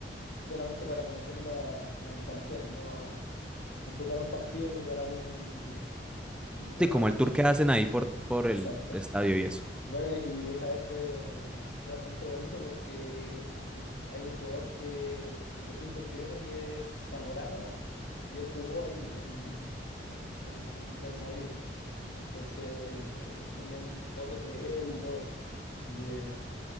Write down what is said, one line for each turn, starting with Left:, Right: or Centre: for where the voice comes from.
Left: solamente para conocer la- las instalaciones, no, no fue para un partido ni para un ni para
Centre: Sí, como
Left: un
Centre: el tour
Left: concierto.
Centre: que hacen ahí por, por
Left: Exacto.
Centre: el estadio y eso.
Left: Bueno, y esa vez fue, fue bastante bonito porque tus- hay un jugador que, de, ju- de fútbol chileno que es zamorano y él jugó ahí en, en- en el, en el Real Madrid. Entonces eh, tenían fotos de él y todo. Así que